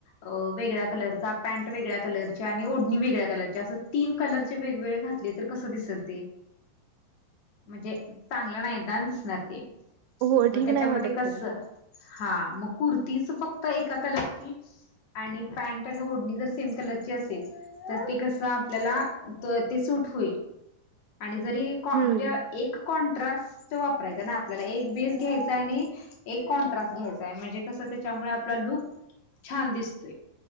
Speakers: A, on the left; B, on the right.
A: अ वेगळ्या कलरचा पँट वेगळ्या कलरची आणि ओढणी वेगळ्या कलरच्या, असं तीन कलरचे वेगवेगळे घातले तर कसं दिसल ते? म्हणजे चांगलं नाही ना दिसणार ते.
B: हो
A: मग
B: ठीक
A: त्याच्यामध्ये
B: नाही वाटत
A: कस
B: ते
A: हा मग कुर्तीच फक्त एका कलरची आणि पँट आणि ओढणी जर सेम कलरची असेल, तर ते कस आपल्याला तो ते सूट होईल. आणि जरी कॉ
B: हम्म
A: म्हणजे अह एक कॉन्ट्रास्ट वापरायचा ना आपल्याला. एक बेस घ्यायचाय आणि एक कॉन्ट्रास्ट घ्यायचाय म्हणजे कसं त्याच्यामुळे आपला लुक छान दिसतोय.